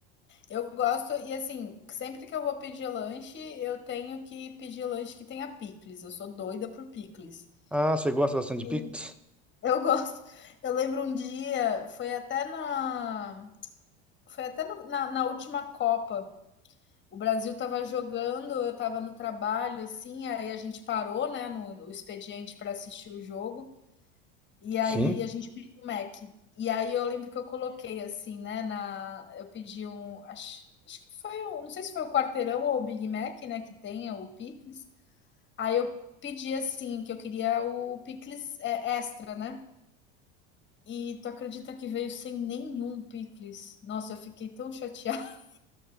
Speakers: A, on the left; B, in the centre.
A: Eu gosto, e assim, sempre que eu vou pedir lanche, eu tenho que pedir lanche que tenha picles. Eu sou doida por picles.
B: Ah, você gosta bastante
A: Sim.
B: de pizza?
A: Eu gosto. Eu lembro um dia, foi até na, foi até no- na, na última Copa. O Brasil estava jogando, eu estava no trabalho, assim, aí a gente parou, né, no, no expediente para assistir o jogo. E aí
B: Sim.
A: a gente pediu um Mac. E aí eu lembro que eu coloquei assim, né? Na, eu pedi um. Acho, acho que foi o. Não sei se foi o quarteirão ou o Big Mac, né? Que tem, é o pickles Aí eu pedi assim, que eu queria o pickles é, extra, né? E tu acredita que veio sem nenhum pickles Nossa, eu fiquei tão chateada. <laughs>